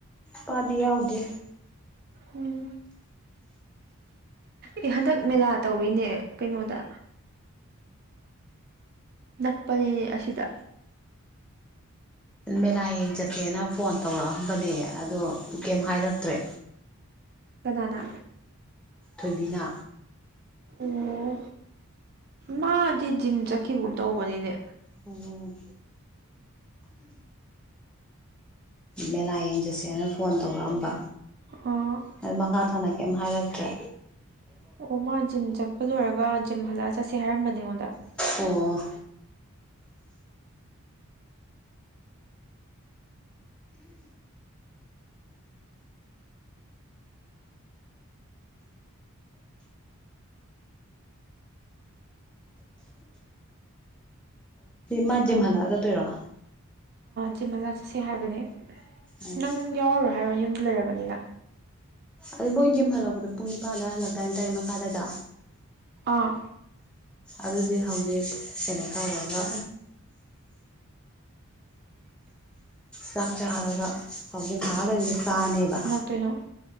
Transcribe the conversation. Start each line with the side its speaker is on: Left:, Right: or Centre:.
Centre: ꯄꯥꯗꯤ ꯌꯥꯎꯗꯦ
Right: ꯎꯝ ꯑꯦ ꯍꯟꯗꯛ ꯃꯦꯂꯥ ꯇꯧꯋꯤꯅꯦ ꯀꯩꯅꯣꯗ ꯅꯛꯄꯅꯤꯅꯦ ꯑꯁꯤꯗ
Centre: ꯃꯦꯂꯥ ꯌꯦꯡꯆꯠꯁꯦꯅ ꯐꯣꯟ ꯇꯧꯔꯛꯑꯝꯕꯅꯦ ꯑꯗꯣ ꯀꯦꯝ ꯍꯥꯏꯔꯛꯇ꯭ꯔꯦ
Right: ꯀꯅꯥꯅ
Centre: ꯊꯣꯏꯕꯤꯅ
Right: ꯑꯣ ꯃꯥꯗꯤ ꯖꯤꯝ ꯆꯠꯈꯤꯕꯒꯨꯝ ꯇꯧꯕꯅꯤꯅꯦ
Centre: ꯑꯣ ꯃꯦꯂꯥ ꯌꯦꯡꯆꯠꯁꯦꯅ ꯐꯣꯟ ꯇꯧꯔꯛꯑꯝꯕ
Right: ꯑꯣ
Centre: ꯑ ꯃꯈꯥ ꯇꯥꯅ ꯀꯦꯝ ꯍꯥꯏꯔꯛꯇ꯭ꯔꯦ
Right: ꯑꯣ ꯃꯥ ꯖꯤꯝ ꯆꯠꯄ ꯂꯣꯏꯔꯒ ꯖꯤꯝ ꯍꯜꯂꯛꯑꯒ ꯆꯠ‍ꯁꯦ ꯍꯥꯏꯔꯝꯕꯅꯦ ꯑꯩꯉꯣꯟꯗ
Centre: ꯑꯣ ꯃꯥ ꯖꯤꯝ ꯍꯜꯂꯛꯑꯒ ꯆꯠꯇꯣꯏꯔꯣ
Right: ꯖꯤꯝ ꯍꯥꯂꯛ ꯆꯠꯁꯦ ꯍꯥꯏꯕꯅꯦ
Centre: ꯎꯝ
Right: ꯅꯪ ꯌꯥꯎꯔꯔꯣꯏ ꯍꯥꯏꯔꯣ ꯌꯨꯝꯗ ꯂꯩꯔꯕꯅꯤꯅ
Centre: ꯑꯗꯣ ꯃꯣꯏ ꯖꯤꯝ ꯍꯜꯂꯛꯄꯗꯣ ꯄꯨꯡ ꯅꯤꯄꯥꯟꯗ ꯍꯜꯂꯛꯇꯥꯏꯅꯦ ꯇꯔꯦꯠ ꯃꯈꯥꯗ ꯑꯗꯥꯏꯗ
Right: ꯑꯥ
Centre: ꯑꯗꯨꯗꯤ ꯍꯧꯖꯤꯛ ꯀꯩꯅꯣ ꯇꯧꯔꯒ
Right: <inaudible>
Centre: ꯆꯥꯛ ꯆꯥꯔꯒ ꯍꯧꯖꯤꯛ ꯉꯥꯏꯍꯥꯛ ꯂꯩꯔꯥꯗꯤ ꯆꯥꯔꯅꯤꯕ
Right: ꯀꯩꯅꯣ